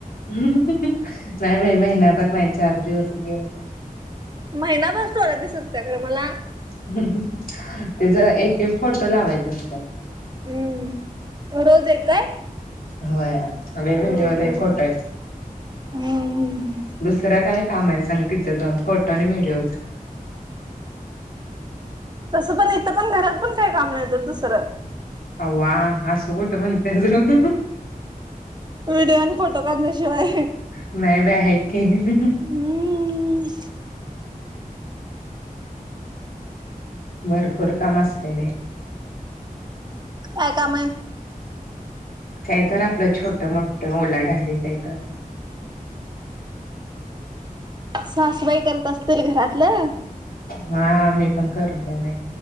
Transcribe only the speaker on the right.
महिनाभास्टोलात दिसत होत त्या खरं मला <unintelligible>
हम्म रोज एक काय
हम्म
हम्म
तसं पण इथं पण घरात पण काय काम नाही तर दुसरं
व्हडिओ आणि फोटो काढ शवाय
हम्
काय काम हे
सासुबाई करत असतील घरातलं